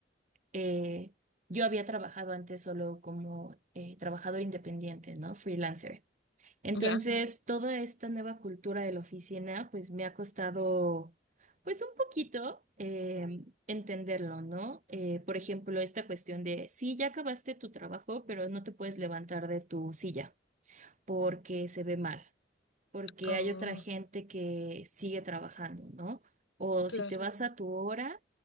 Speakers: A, on the right; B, on the left.
A: eh, yo había trabajado antes solo como eh, trabajador independiente, ¿no? Freelancer. Entonces,
B: Ya.
A: toda esta nueva cultura de la oficina, pues me ha costado, pues un poquito eh, entenderlo, ¿no? Eh, por ejemplo, esta cuestión de, sí, ya acabaste tu trabajo, pero no te puedes levantar de tu silla porque se ve mal porque
B: Oh,
A: hay otra gente que sigue trabajando, ¿no? O
B: claro.
A: si te vas a tu hora,